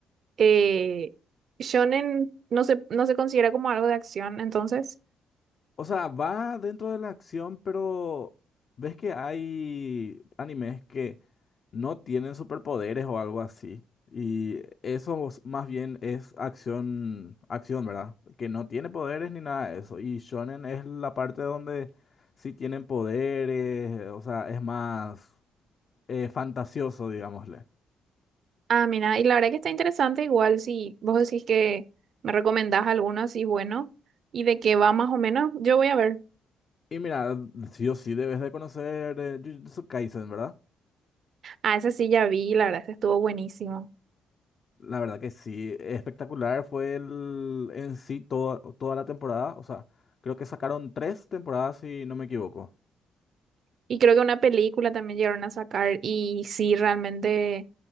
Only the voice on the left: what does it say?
O sea, va dentro de la acción, pero ves que hay animes que no tienen superpoderes o algo así. Y eso es- más bien es acción, acción, ¿verdad? Que no tiene poderes ni nada de eso. Y shonen es la parte donde sí tienen poderes, o sea, es más eh, fantasioso, digámosle.
Y mira, sí o sí debes de conocer eh, Jujutsu Kaisen, ¿verdad?
La verdad que sí, espectacular fue el, en sí toda, toda la temporada. O sea, creo que sacaron tres temporadas si no me equivoco.